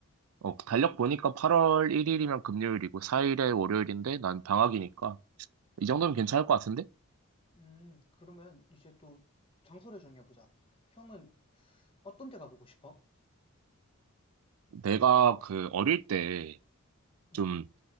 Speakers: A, on the right; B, on the left.
A: 어, 달력 보니까 8월 1일이면 금요일이고, 4일에 월요일인데, 난 방학이니까. 이 정도면 괜찮을 것 같은데?
B: 음, 그러면 이제 또 장소를 정해보자. 형은 어떤 데 가보고 싶어?
A: 내가 그 어릴 때
B: 음,
A: 좀